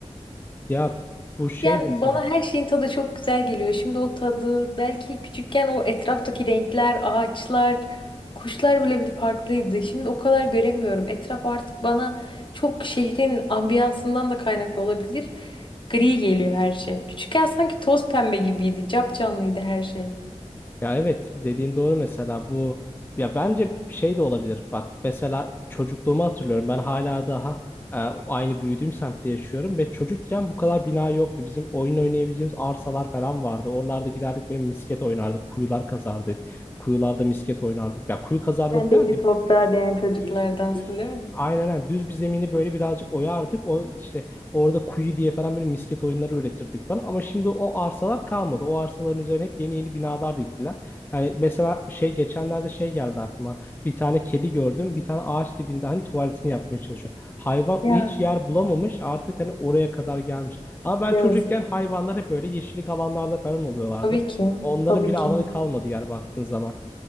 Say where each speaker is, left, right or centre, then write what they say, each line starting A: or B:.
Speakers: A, on the left (about 15°); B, on the left (about 45°).
A: Ya bu şey
B: Yani
A: mesela.
B: bana her şeyin tadı çok güzel geliyor. Şimdi o tadı belki küçükken o etraftaki renkler, ağaçlar, kuşlar bile bir farklıydı. Şimdi o kadar göremiyorum. Etraf artık bana çok şehrin ambiyansından da kaynaklı olabilir. Gri geliyor her şey. Küçükken sanki toz pembe gibiydi. Capcanlıydı her şey.
A: Ya evet dediğin doğru mesela bu ya bence şey de olabilir. Bak mesela çocukluğumu hatırlıyorum. Ben hala daha e, aynı büyüdüğüm semtte yaşıyorum ve çocukken bu kadar bina yoktu. Bizim oyun oynayabileceğimiz arsalar falan vardı. Oralarda giderdik böyle misket oynardık, kuyular kazardık. Kuyularda misket oynardık. Ya kuyu kazardık
B: Sen de
A: derken
B: eli toprağa değen çocuklardansın
A: Düz düz
B: değil mi?
A: aynen aynen. düz bir zemini böyle birazcık oyardık. O işte orada kuyu diye falan böyle misket oyunları üretirdik falan. Ama şimdi o arsalar kalmadı. O arsaların üzerine hep yeni yeni binalar diktiler. Yani mesela şey geçenlerde şey geldi aklıma. Bir tane kedi gördüm. Bir tane ağaç dibinde hani tuvaletini yapmaya çalışıyor. Hayvan
B: Ya
A: o hiç yer bulamamış. Artık hani oraya kadar gelmiş. Ama ben
B: Yazık.
A: çocukken hayvanlar hep böyle yeşillik alanlarda falan oluyorlardı.
B: Tabii ki.
A: Onların
B: Tabii
A: bile
B: ki.
A: alanı kalmadı yani baktığın zaman.